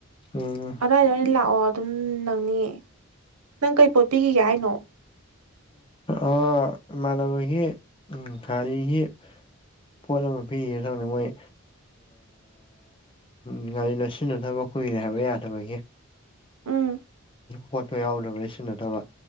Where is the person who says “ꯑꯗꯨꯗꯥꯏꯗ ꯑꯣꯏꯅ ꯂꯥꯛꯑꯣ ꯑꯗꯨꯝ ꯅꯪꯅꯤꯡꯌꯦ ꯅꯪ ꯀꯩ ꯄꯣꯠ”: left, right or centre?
Right